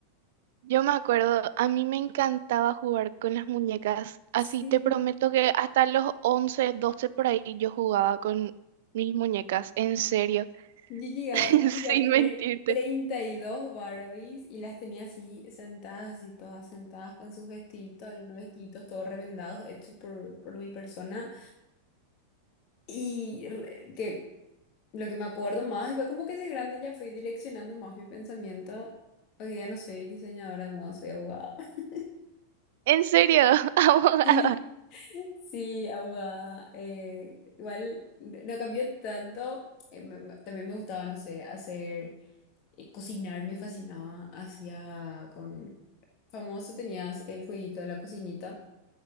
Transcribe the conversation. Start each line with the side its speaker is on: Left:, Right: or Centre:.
Right: Yo me acuerdo, a mí me encantaba jugar con las muñecas. Así
Left: Sí.
Right: te prometo que hasta los 11, 12 por ahí yo jugaba con mis muñecas, en serio,
Left: Yo llegaba-
Right: <laughs>
Left: yo llegué
Right: sin
Left: a tener
Right: mentirte.
Left: 32 Barbies y las tenía así sentadas, así todas sentadas con sus vestiditos, algunos vestiditos todos revendados, hechos por, por mi persona. Y re- que lo que me acuerdo más fue como que de grande ya fui direccionando más mi pensamiento. Hoy día no soy diseñadora de moda, soy abogada. <laughs>
Right: En serio, <laughs> abogada.
Left: Sí, sí, abogada. Eh, igual no cambió tanto. Eh, me- me- también me gustaba, no sé, hacer eh, cocinar me fascinaba. Hacía con famoso tenías el jueguito de la cocinita